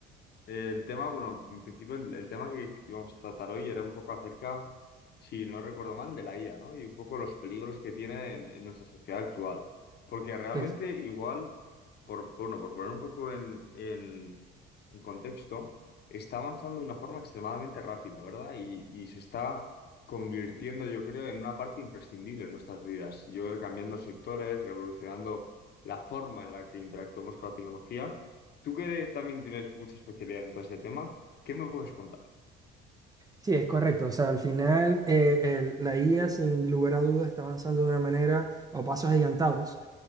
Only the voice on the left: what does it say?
El tema, bueno, en principio el, el tema que íbamos a tratar hoy era un poco acerca, si no recuerdo mal, de la IA, ¿no? Y un poco los peligros que tiene en, en nuestra sociedad actual. Porque realmente
igual, por, por, uno por poner un poco en, en- en contexto, está avanzando de una forma extremadamente rápida, ¿verdad? Y, y se está convirtiendo, yo creo, en una parte imprescindible en nuestras vidas. Yo cambiando sectores, revolucionando la forma en la que interactuamos con la tecnología. Tú que también tienes mucha especialidad en todo ese tema, ¿qué me puedes contar?